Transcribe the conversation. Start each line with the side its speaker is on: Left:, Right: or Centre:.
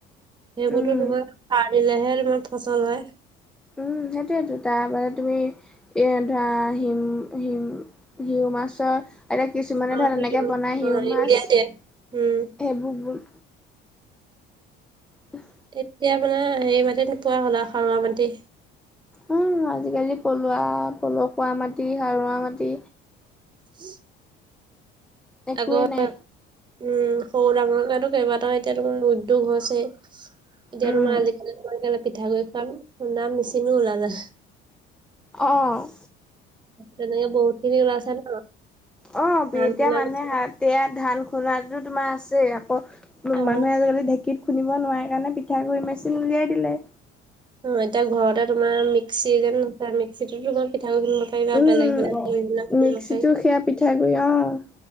Right: সেইবোৰতো
Centre: উম।
Right: তোমাৰ স দিলেহে তোমাৰ ফচল হয়।
Centre: উম সেইটোয়েতো তাৰপা তুমি। এ ধৰা হিম হিম হিউ মাছৰ এতিয়া কিছুমানে
Right: অ
Centre: ধৰ
Right: সেইটো
Centre: এনেকে বনায় সিউ
Right: অ
Centre: মাছ
Right: ইউৰিয়া
Centre: সেইবোৰ
Right: দিয়ে উম
Centre: উকহ্।
Right: এতিয়া মানে হেৰি মাটি নোপোৱা হ'ল আৰু খাৰুৱা মাটি।
Centre: ওঁ, আজিকালি পলুৱা পলসুৱা মাটি, সাৰুৱা মাটি
Right: হুম
Centre: একোৱেই
Right: আগতকে
Centre: নাই
Right: উম, সৰু ডাঙৰকেটো কেইবাটাও এতিয়া তোমাৰ উদ্যোগ হৈছেই। এতিয়া
Centre: উম,
Right: তোমাৰ আজিকালি তোমাৰ কেলে পিঠাগুৰি খুৱাম খুন্দা মেচিনো ওলালে।
Centre: অঁ।
Right: তেনেকে বহুত খিনি ওলাইছে ন
Centre: অঁ, পি
Right: ধান
Centre: এতিয়া
Right: খুন্দা
Centre: মানুহে
Right: মেচিন
Centre: হাত্ এতিয়া ধান খুন্দোৱাটোতো তোমাৰ আছেই আকৌ ম
Right: অ
Centre: মানুহে আজিকালি ঢেঁকীত খুন্দিব নোৱাৰে কাৰণে পিঠাগুড়ি মেচিন উলিয়াই দিলে।
Right: উম, এতিয়া ঘৰতে তোমাৰ মিক্সিগ্ৰেণ্ড আছে। মিক্সিটোতো তোমাৰ পিঠা গুৰি খুন্দিব পাৰিবা।
Centre: উম,
Right: বেলেগ বেলেগ বিলাক কৰিব
Centre: মিক্সিটো
Right: পাৰি।
Centre: সেয়া পিঠাগুৰি অ'।